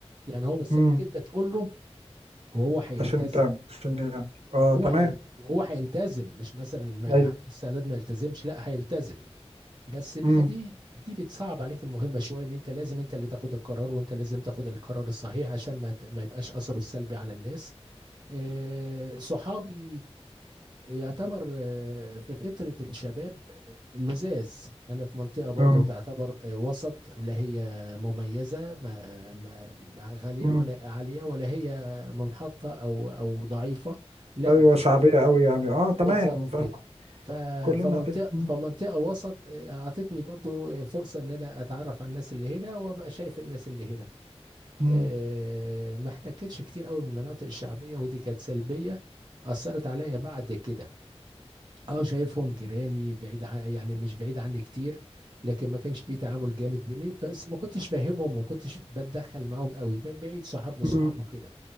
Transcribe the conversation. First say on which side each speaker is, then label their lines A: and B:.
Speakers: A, on the right (about 40°); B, on the right (about 70°).
A: يعني هو مستنيك
B: امم
A: انت تقول له وهو هيلتزم
B: عشان تعمل عشان يعني اه
A: وهو
B: تمام
A: هيل... وهو هيلتزم مش مثلا ما
B: ايوه
A: عنده استعداد ما يلتزمش لا هيلتزم بس بقى
B: امم
A: دي دي بتصعب عليك المهمة شوية ان انت لازم انت اللي تاخد القرار وانت لازم تاخد القرار الصحيح عشان ما ت- ما يبقاش اثره السلبي على الناس آه، صحابي يعتبر آه، في فترة الشباب لزاز أنا في منطقة برضو
B: اه
A: تعتبر آه، وسط لا هي مميزة ما ما- ما غالية
B: امم
A: ولا عالية ولا هي منحطة أو أو ضعيفة لا
B: ايوه
A: ف-
B: شعبيه
A: ف-
B: قوي يعني اه تمام
A: بالظبط
B: فاهم
A: كده ف-
B: كلنا
A: فمنطقة
B: كده امم
A: فمنطقة وسط آه، أعطتني برضو آه، فرصة إن أنا أتعرف على الناس اللي هنا وأبقى شايف الناس اللي هنا
B: امم
A: آه، ما احتكتش كتير قوي بالمناطق الشعبية ودي كانت سلبية أثرت عليا بعد كده اه شايفهم جيراني بعيد عن يعني مش بعيد عني كتير لكن ما كانش في تعامل جامد بيني بس ما كنتش فاهمهم وما كنتش بتدخل معاهم قوي من بعيد صحاب لصحاب
B: امم
A: وكده